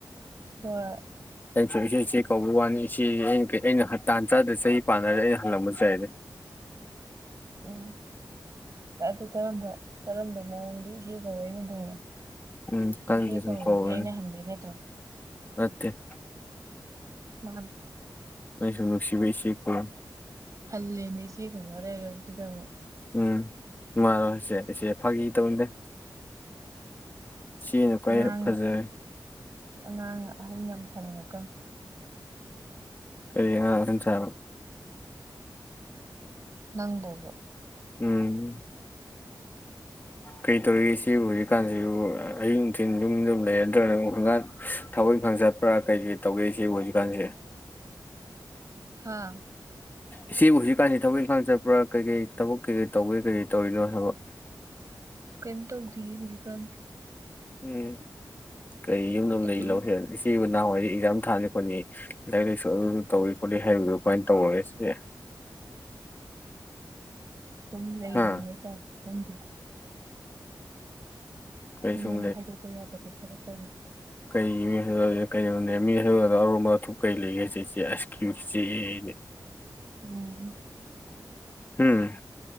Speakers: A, on the right; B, on the left.
A: ꯍꯣꯢ
B: ꯑꯩꯅꯁꯨꯝ ꯏꯆꯦ ꯏꯆꯦ ꯀꯧꯕ ꯋꯥꯅꯤ ꯏꯆꯦ ꯑꯩꯅ ꯑꯩꯅ ꯇꯥꯟ ꯆꯥꯗꯔꯗꯤ ꯆꯍꯤ ꯄꯥꯟꯅꯔꯗꯤ ꯑꯩꯅ ꯍꯜꯂꯝꯕ ꯌꯥꯏꯅꯦ
A: ꯎꯝ ꯑꯗꯨ ꯀꯔꯝꯕ ꯀꯔꯝꯕ ꯃꯑꯣꯡꯗ ꯏꯆꯦ ꯀꯧꯔꯛꯏꯅꯣ ꯑꯗꯨꯒ
B: ꯎꯝ ꯈꯪꯗꯦ
A: ꯏꯆꯦ ꯀꯧꯔꯤꯁꯦ
B: ꯁꯨꯝ ꯀꯧꯕꯅꯤ
A: ꯑꯩꯅ ꯍꯟꯕꯩ ꯅꯠꯇ꯭ꯔꯣ
B: ꯅꯠꯇꯦ
A: ꯃꯥꯅꯤ
B: ꯑꯩꯅ ꯁꯨꯝ ꯅꯨꯡꯁꯤꯕꯩ ꯢꯆꯦ ꯀꯧꯕ
A: ꯍꯜꯂꯦꯅ ꯏꯆꯦ ꯀꯧꯅ ꯂꯩꯔꯁꯤꯗ ꯑꯃꯨꯛ
B: ꯎꯝ ꯅꯨꯡꯉꯥꯏꯔꯣ ꯏꯁꯦ ꯏꯆꯦ ꯐꯥꯒꯤ ꯇꯧꯅꯤꯗ ꯏꯆꯦꯅ ꯈ꯭ꯋꯥꯏ
A: ꯑꯉꯥꯡꯅ
B: ꯐꯖꯔꯦ
A: ꯑꯉꯥꯡꯅ ꯑꯍꯜ ꯌꯥꯝ ꯁꯥꯅꯤꯡꯉꯥꯛꯒꯅꯣ
B: ꯀꯔꯤ ꯑꯉꯥꯡꯅ ꯑꯍꯥꯜ ꯁꯥꯕ
A: ꯅꯪꯕꯣꯕ
B: ꯎꯝ ꯀꯩ ꯇꯧꯔꯤꯒꯦ ꯢꯆꯦꯕꯨ ꯍꯧꯖꯤꯛꯀꯥꯟꯁꯤꯕꯨ ꯑꯌꯤꯡ ꯅꯨꯡꯊꯤꯟ ꯌꯨꯝ ꯑꯗꯨꯝ ꯂꯩꯔ <unintelligible> ꯅꯗ꯭ꯔꯒꯅ ꯍꯒꯥꯥꯡ ꯊꯕꯛ ꯏꯪꯈꯪ ꯆꯠꯄ꯭ꯔꯥ ꯀꯩ ꯀꯩ ꯇꯧꯒꯦ ꯢꯐꯦꯕꯨ ꯍꯧꯖꯤꯛꯀꯥꯟꯁꯦ
A: ꯍꯥꯥ
B: ꯢꯆꯦꯕꯨ ꯍꯧꯖꯤꯛꯀꯥꯟꯁꯤ ꯊꯕꯛ ꯏꯪꯈꯥꯡ ꯆꯠꯄ꯭ꯔꯥ ꯀꯩꯀꯩ ꯊꯕꯛ ꯀꯩꯀꯩ ꯇꯧꯒꯦ ꯀꯩꯀꯩ ꯇꯧꯔꯤꯅꯣ ꯍꯥꯏꯕ
A: ꯀꯩꯝ ꯇꯧꯗꯦꯌꯦ ꯍꯧꯖꯤꯛꯀꯥꯟꯁꯦ
B: ꯎꯝ ꯀꯔꯤ ꯌꯨꯝ ꯌ <unintelligible> ꯝ
A: ꯑꯗꯨꯝ
B: ꯂꯩ ꯂꯧꯈꯦꯅ ꯏꯆꯦꯕꯨ ꯅꯍꯥꯟꯋꯥꯏ ꯑꯦꯛꯖꯥꯝ ꯊꯥꯅꯤ ꯈꯣꯠꯅꯤ ꯂꯥꯏꯔꯤꯛ ꯂꯥꯢꯁꯨ ꯑꯗꯨ ꯇꯧꯔꯤ ꯈꯣꯠꯂꯤ ꯍꯥꯏꯕꯗꯨ ꯀꯃꯥꯏꯅ ꯇꯧꯔꯒꯦ ꯢꯆꯦ
A: ꯁꯨꯝ ꯂꯩꯔꯤ
B: ꯍꯥ
A: ꯍꯥꯏꯇꯥꯔꯦ ꯈꯪꯗꯦ
B: ꯀꯩ
A: ꯃꯤꯉꯣꯟꯗ
B: ꯁꯨꯝ
A: ꯍꯥꯏꯗꯣꯛꯄ ꯌꯥꯗꯕ ꯈꯔ ꯇꯧꯔꯤ
B: ꯀꯩꯒꯤ ꯃꯤꯗ ꯀꯩꯅꯣꯅꯦ ꯃꯤ ꯍꯩꯗꯜꯒ ꯑꯔꯣꯟꯕ ꯑꯊꯨꯞ ꯀꯩ ꯂꯩꯒꯦ ꯁꯤꯦꯆꯦ <unintelligible> ꯑꯁ ꯀ꯭ꯌꯨ ꯆꯦꯅꯦ
A: ꯎꯝ
B: ꯍꯨꯝ